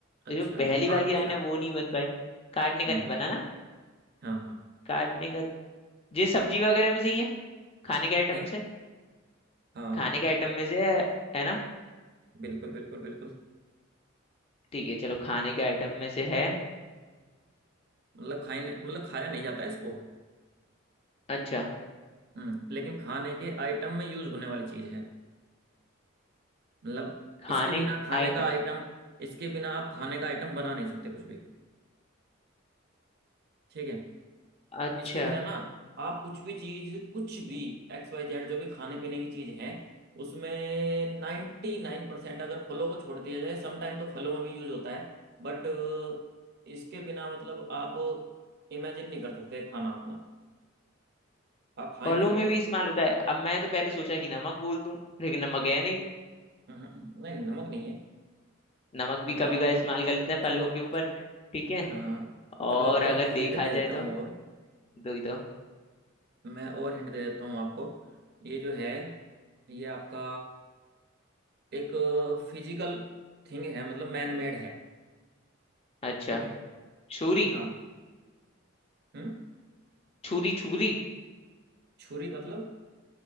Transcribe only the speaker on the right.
अच्छा
काटने
का
हम्म
हाँ हाँ
है
हाँ
बिल्कुल बिल्कुल बिल्कुल
मतलब खाने मतलब खाया नहीं जाता है इसको
हम्म लेकिन खाने के आइटम में यूज होने वाली चीज है मतलब
इसके बिना
खाने
का आइटम इसके बिना आप खाने का आइटम बना नहीं सकते कुछ भी ठीक है
इसके बिना ना आप कुछ भी चीज कुछ भी एक्स वाई जेड जो भी खाने पीने की चीज है उसमें नाइन्टी नाइन परसेंट अगर फलों को छोड़ दिया जाए समटाइम तो फलों में भी यूज होता है बट इसके बिना मतलब आप इमेजिन नहीं कर सकते खाना अपना आप खा
ही नहीं सकते
चीजों
को
<laughs> हम्म, हम्म, नहीं नमक नहीं है
अ,
चलो
च,
हाँ
चलो आपको
ना मैं हिंट
दे देता
हूँ
और
मैं और हिंट दे देता हूँ आपको ये जो है ये आपका एक फिजिकल थिंग है मतलब मैन मेड है
ठीक है
हाँ हम्म
छुरी मतलब